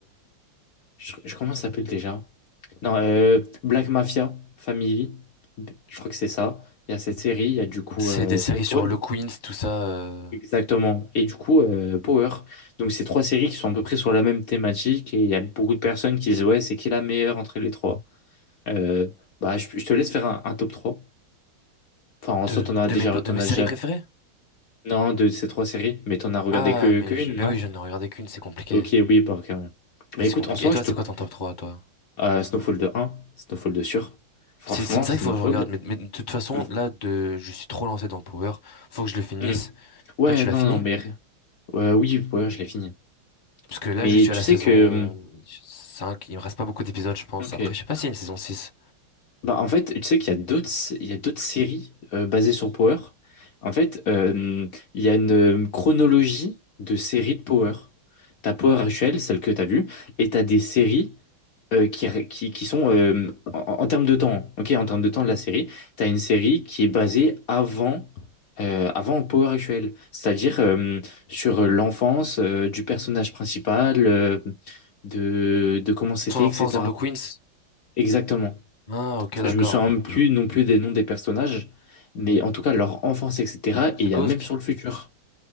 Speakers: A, on the left; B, on the left.
A: Je, je- comment ça s'appelle déjà? Non, euh, Black Mafia Family. Je crois que c'est ça. Il y a cette série, il y a du coup
B: C'est
A: euh,
B: des séries
A: Snowfall.
B: sur le Queens, tout ça. euh,
A: Exactement. Et du coup, euh, Power. Donc, c'est trois séries qui sont à peu près sur la même thématique. Et il y a beaucoup de personnes qui disent, ouais, c'est qui la meilleure entre les trois? Euh, bah, je, je te laisse faire un, un top 3. Enfin, en
B: de,
A: soi, t'en as
B: de
A: déjà,
B: mes, po-
A: t'en
B: de mes
A: as
B: séries
A: déjà,
B: préférées?
A: non, de ces trois séries, mais t'en as regardé
B: Ah,
A: que,
B: mais
A: que une,
B: je, ben
A: non?
B: oui, je n'ai regardé qu'une, c'est compliqué.
A: Ok, oui, bah, ok. ouais. Bah,
B: Mais
A: écoute,
B: c'est compliqué.
A: en soi,
B: Et toi,
A: je te,
B: c'est
A: cou-
B: quoi ton top 3, toi?
A: Euh, Snowfall de un, Snowfall de sûr. Franchement,
B: C'est c'est une série
A: Snowfall.
B: qu'il faut que je regarde, mais, mais de toute façon,
A: v-
B: là, de, je suis trop lancé dans Power. Faut que je le finisse.
A: hmm. Ouais,
B: Toi, tu
A: non,
B: l'as fini?
A: non, mais. ouais, oui, ouais, je l'ai fini.
B: Parce que là,
A: Mais
B: je suis
A: tu
B: à la
A: sais
B: saison
A: que. hmm,
B: 5. Il me reste pas beaucoup d'épisodes, je pense.
A: Ok.
B: Après, je sais pas s'il y a une saison six.
A: Bah, en fait, tu sais qu'il y a d'autres, il y a d'autres séries euh, basées sur Power. En fait, euh, il y a une chronologie de séries de Power. T'as Power actuelle, celle que t'as vue, et t'as des séries euh, qui, qui, qui sont euh, en, en termes de temps, ok, en termes de temps de la série, t'as une série qui est basée avant, euh, avant Power actuelle, c'est-à-dire euh, sur l'enfance euh, du personnage principal, euh, de, de comment c'était,
B: Ton enfance
A: etc.
B: dans le Queens?
A: Exactement.
B: Ah, ok,
A: Enfin,
B: d'accord.
A: je me souviens même plus non plus des noms des personnages, mais en tout cas leur enfance, etc. Et
B: C'est
A: il y
B: Ghost,
A: a même sur le futur.